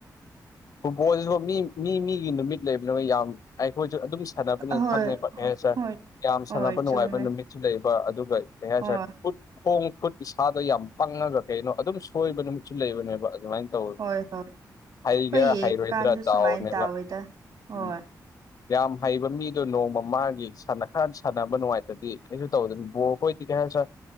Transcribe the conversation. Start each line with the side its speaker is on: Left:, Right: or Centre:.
Left: ꯐꯨꯠꯕꯣꯜꯁꯤꯁꯨ ꯃꯤ ꯃꯤ ꯃꯤꯒꯤ ꯅꯨꯃꯤꯠ ꯂꯩꯕꯅꯤꯅ ꯌꯥꯝ ꯑꯩꯈꯣꯏꯁꯨ ꯑꯗꯨꯝ ꯁꯥꯟꯅꯕꯅꯤ
Right: ꯍꯣꯏ
Left: ꯐꯪꯅꯤ ꯁꯥꯔ
Right: ꯍꯣꯏ
Left: ꯌꯥꯝ
Right: ꯍꯣꯏ
Left: ꯁꯥꯟꯅꯕ ꯅꯨꯡꯉꯥꯏꯕ
Right: ꯆꯨꯝꯃꯦ
Left: ꯃꯤꯠꯁꯨ ꯂꯩꯕ ꯑꯗꯨꯒ ꯑꯩꯍꯥꯛꯠ
Right: ꯍꯣꯏ
Left: ꯈꯣꯡ ꯈꯨꯠꯀꯤ ꯏꯁꯥꯗꯣ ꯌꯥꯝ ꯄꯪꯉꯒ ꯀꯩꯅꯣ ꯑꯗꯨꯝ ꯁꯣꯏꯕ ꯅꯨꯃꯤꯠꯁꯨ ꯂꯩꯕꯅꯦꯕ ꯑꯗꯨꯃꯥꯏꯅ ꯇ
Right: ꯍꯣꯏ ꯍꯣꯏ
Left: ꯍꯩꯒꯦꯔꯥ
Right: ꯍꯣꯏ ꯌꯦꯡꯉꯀꯥꯟꯁꯨ
Left: ꯍꯩꯔꯣꯏꯗ꯭ꯔꯥ
Right: ꯁꯨꯃꯥꯏꯅ
Left: ꯗꯥꯎꯅꯦꯕ
Right: ꯇꯧꯋꯦꯗ ꯍꯣꯏ
Left: ꯎꯝ ꯌꯥꯝ ꯍꯩꯕ ꯃꯤꯗꯣ ꯅꯣꯡꯃ ꯃꯥꯒꯤ ꯁꯥꯟꯅ ꯈꯥꯟ ꯁꯥꯟꯅꯕ ꯅꯨꯡꯉꯥꯏ ꯍꯗꯤ ꯀꯩꯁꯨ ꯇꯧꯗꯅꯕꯣ ꯑꯩꯈꯣꯏꯗꯤ ꯀꯩ ꯍꯥꯏ ꯁꯥ